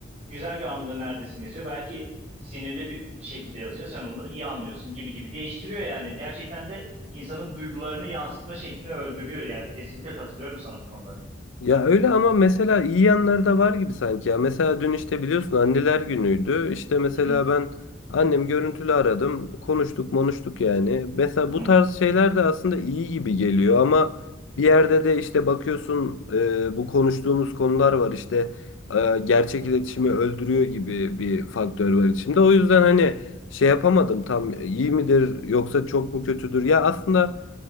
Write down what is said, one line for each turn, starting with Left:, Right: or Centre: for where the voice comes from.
Right: güzel bir anında neredesin yazıyor. Belki sinirli bir bir şekilde yazıyor. Sen onu iyi anlıyorsun gibi gibi. Değiştiriyor yani. Gerçekten de insanın duygularını yansıtma şeklini öldürüyor yani. Kesinlikle katılıyorum sana bu konuda.
Left: Ya öyle ama mesela iyi yanları da var gibi sanki ya. Mesela dün işte biliyorsun anneler günüydü. İşte mesela
Right: Hı hı,
Left: ben annem görüntülü aradım. Konuştuk monuştuk yani. Mesela
Right: hı hı.
Left: bu tarz şeyler de aslında iyi gibi geliyor ama bir yerde de işte bakıyorsun e, bu konuştuğumuz konular var işte e, gerçek iletişimi öldürüyor gibi bir faktör var içinde. O yüzden hani şey yapamadım tam iyi midir yoksa çok mu kötüdür? Ya aslında